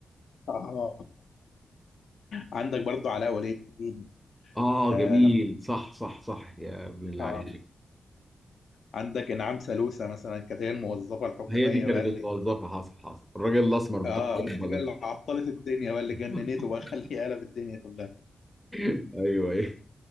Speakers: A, on the left; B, in the centre.
A: آه. عندك برضه علاء ولي الدين
B: <laughs> اه
A: آه
B: جميل
A: لما
B: صح صح صح يا ابن اللعيبه
A: آه. عندك انعام سالوسة مثلا كانت هي الموظفه الحكوميه
B: هي دي كانت
A: بقى اللي
B: الموظفة حصل حصل الراجل الاسمر بتاع
A: اه
B: الجبهة
A: هي دي بقى
B: ده
A: اللي عطلت الدنيا بقى اللي
B: <laughs>
A: جننته بقى <laughs> خليه قلب الدنيا كلها
B: ايوه ايوه